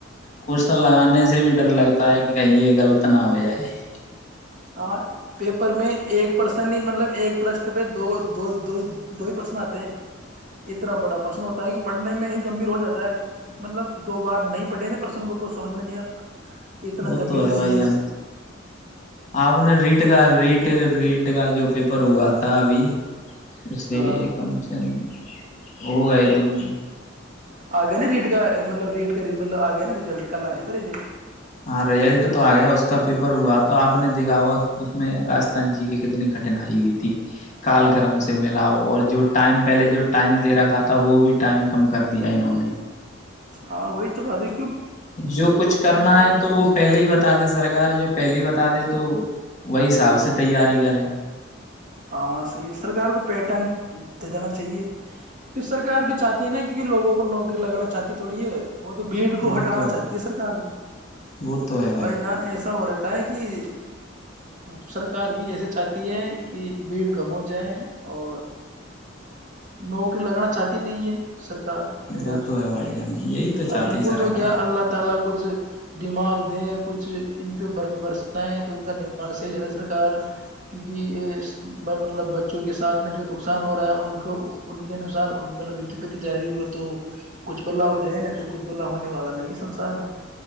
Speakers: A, on the left (about 40°); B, on the right (about 40°).
A: کون <unintelligible> کو لگانے سے بھی ڈر لگتا ہے کہ کہیں یہ غلط نہ ہو جائے <unintelligible>
B: ہاں پیپر میں ایک پرسن مطلب ایک پرشن پہ دو دو ہی پرسن آتے ہیں <unintelligible> اتنا بڑا پرشن ہوتا ہے کہ پڑھنے میں گمبھیر ہو جاتا ہے مطلب دو بار نہیں پڑھے نا پرسن کو تو سمجھ میں نہیں آتا اتنا
A: وہ
B: گمبھیر
A: تو
B: وشی
A: بھائی
B: ہے
A: جان
B: اس پہ
A: آپ نے ریٹ کا ر ریٹ کا جو پیپر ہوا تھا ابھی اسے
B: ہاں
A: کم سے کم ہو گئے دون
B: آ گئے ن ریٹ کاا مطلب ریٹ گری مطلب آ گیا ن رزلٹ کل آیا تھا رزلٹ
A: ہاں رزلٹ تو آ گیا اس کا پیپر ہوا تو آپ نے دیکھا ہوا اس میں رجستھان جی کی کتنی کٹھینائی ہوئی تھی کال
B: ہاں
A: کرم سے ملاؤ اور جو ٹائم پہلے جو ٹائم دے رکھا تھا وہ بھی ٹائم کم کر دیا انہوں نے
B: ہاں وئی تو بدھی
A: جو کچھ کرنا ہے تو وہ پہلے ہی بتا د سرک جو پہلے بتا دیں تو وہی حساب سے تیاری کریں
B: ہاں صحیح ہے سرکار کو پیٹرن دے دین چاہیے تو سرکار بھی چاہتی ہے نا کیک لوگوں کو نو ری لگانا چاہتی تھوڑی ہے وہ تو بھیڑ کو
A: وہ
B: ہٹانا
A: تو
B: چاہتی ہے سرکار تو
A: وہ تو ہے
B: بھائی جان ایسا ہو رہا ہے کہیں کہ سرکار بھی ایسے چاہتی ہے کہ بھیڑ کم ہو جائے اور نوکری لگانا چاہتی نہیں ہے سر بھ جان
A: وہ تو ہے بھائی جان یہی تو چاہتی
B: اب ان کو
A: ہے سرکار
B: تو کیا اللہ تعالی کو کچھ دماغ دیں کچھ ان پہ برد برسیں تو ان کا دماغ صحیح چلے سرکار کیونکہ یہ مطلب بچوں کے سھ میں جو نقصان ہو رہا ہے ان کو ان کے انسار مطلب ویوپتی جاری ہو تو کچھ بلا ہو جائے نا تو کچھ بلا ہونے والا نہیں ہے سنسار میں